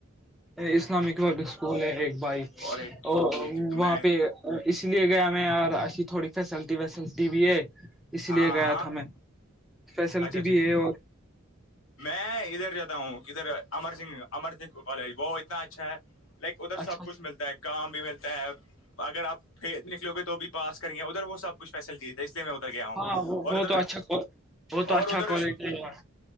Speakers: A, in the centre; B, on the left (about 75°).
A: اسلامک پبلک اسکول ہے ایک بھائی
B: ارے ٹھیک
A: اور
B: ٹھیک ٹھیک
A: وہاں
B: میں
A: پہ اس لیے گیا میں ایسی تھوڑی فیسلٹی ویسلٹی بھی ہے اسی
B: ہاں
A: لیے گیا
B: ہاں
A: تھا میں فیسلٹی
B: اچھا ٹھیک
A: بھی ہے اور
B: میں ادھر جاتا ہوں کدھر امر سنگھ امر سنگھ کالج وہ اتنا اچھا ہے لائک ادھر
A: اچھا
B: سب کچھ ملتا ہے کام بھی ملتا ہے اگر آپ پ نکلو گے تو بھی پاس کریں گے ادھر وہ سب اسپیشل چیز ہے اس لیے میں ادھر گیا ہوں
A: ہاں وہ
B: اور
A: وہ
B: ادھر
A: تو اچھا وہ تو
B: اور
A: اچھا
B: ادھر
A: کالج ہے یار۔